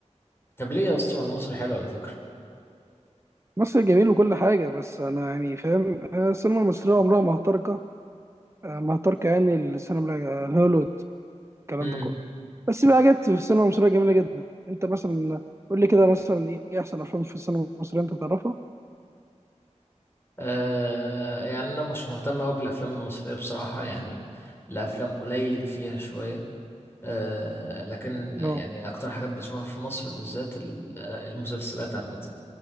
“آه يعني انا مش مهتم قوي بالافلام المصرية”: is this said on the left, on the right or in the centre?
Left